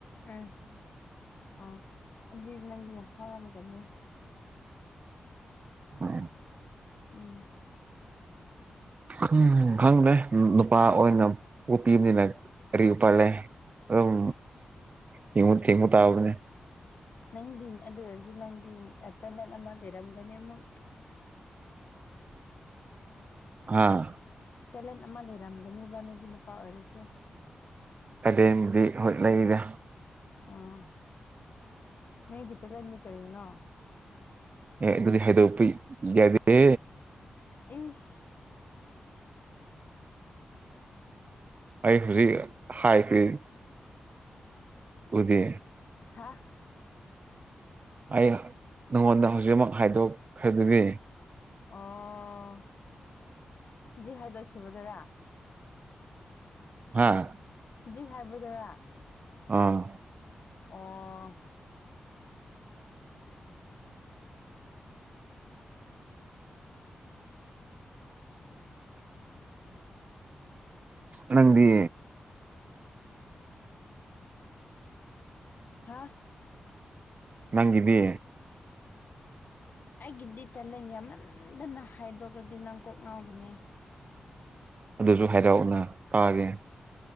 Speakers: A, on the left; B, on the right.
A: ꯎꯝ ꯑ ꯑꯗꯨ ꯅꯪꯗꯤ ꯌꯥꯝ ꯐꯥꯎꯔꯝꯒꯅꯤ
B: ꯍ
A: ꯎꯝ
B: ꯎ ꯈꯪꯗꯦ ꯅꯨꯄꯥ ꯑꯣꯏꯅ ꯎꯄꯤꯤꯕꯅꯤꯅ ꯀꯔꯤ ꯎꯨꯄꯥꯜ ꯂꯩ ꯑꯗꯨꯝ ꯊꯦꯡꯉꯨ ꯊꯦꯡꯉꯨ ꯇꯥꯕꯅꯦ
A: ꯅꯪꯗꯤꯤꯟ ꯑꯗꯨ ꯑꯔꯖꯨ ꯅꯪꯗꯤ ꯇ ꯂꯠꯃ ꯂꯩꯔꯝꯒꯅꯦ ꯑꯃꯨꯛ <unintelligible>
B: ꯍꯥꯥ
A: ꯇꯦꯂꯦꯟ ꯑꯃ ꯂꯩꯔꯝꯒꯅꯤ ꯕ ꯅꯣꯏꯗꯤ ꯅꯨꯄꯥ ꯑꯣꯏꯔꯁꯨ
B: ꯀꯗꯗꯤ ꯍꯣꯠꯅꯩꯒ
A: ꯑꯝ ꯃꯤ ꯒꯤꯇ ꯂꯩꯦꯟꯅꯤ ꯀꯔꯤꯅ
B: ꯑꯦ ꯑꯗꯨꯗꯤ ꯍꯥꯏꯗꯣꯛꯄ ꯌꯥꯗꯦ
A: ꯏꯁ
B: ꯑꯩ ꯍꯧꯖꯤꯛ ꯍꯥꯏꯈ꯭ꯔꯤ ꯎꯗꯤ
A: ꯍꯥꯥ
B: ꯑꯩ ꯅꯪꯉꯣꯟꯗ ꯍꯧꯖꯤꯛꯃꯛ ꯍꯥꯏꯗꯣꯛꯈ꯭ꯔꯗꯨꯗꯤ
A: ꯑꯣ ꯖꯤ ꯍꯥꯏꯗꯈꯈꯤꯕꯗꯔ
B: ꯍꯥꯥ
A: ꯍꯧꯖꯤꯛ ꯍꯥꯏꯕꯗꯔꯥ
B: ꯑꯥ
A: ꯑꯣ
B: ꯅꯪꯗꯤ
A: ꯍꯥ
B: ꯅꯪꯕꯤ
A: ꯑꯩꯒꯤꯗꯤꯇꯂ ꯌꯥꯝꯃꯟꯗꯅ ꯍꯥꯏꯗꯣꯛꯈ꯭ꯔꯗꯤ ꯅꯪ ꯀꯣꯛ ꯉꯥꯎꯒꯅꯤ
B: ꯑꯗꯨꯁꯨ ꯍꯥꯏꯔꯛꯑꯅ ꯇꯥꯒꯦ